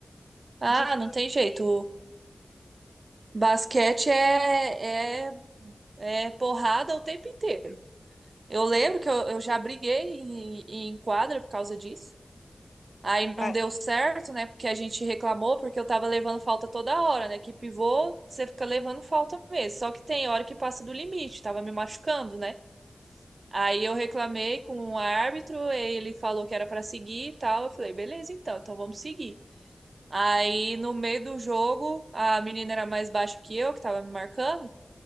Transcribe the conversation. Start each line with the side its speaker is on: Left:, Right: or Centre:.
Right: Ah,
Left: De tanto
Right: não tem jeito.
Left: que.
Right: Basquete é, é, é porrada o tempo inteiro. Eu lembro que eu, eu já briguei em, em quadra por causa disso. Aí
Left: É.
Right: não deu certo, né? Porque a gente reclamou, porque eu tava levando falta toda hora, né? Que pivô, você fica levando falta mesmo. Só que tem hora que passa do limite, tava me machucando, né? Aí eu reclamei com o árbitro, ele falou que era pra seguir e tal. Eu falei, beleza, então, então vamos seguir. Aí no meio do jogo, a menina era mais baixa que eu, que tava me marcando.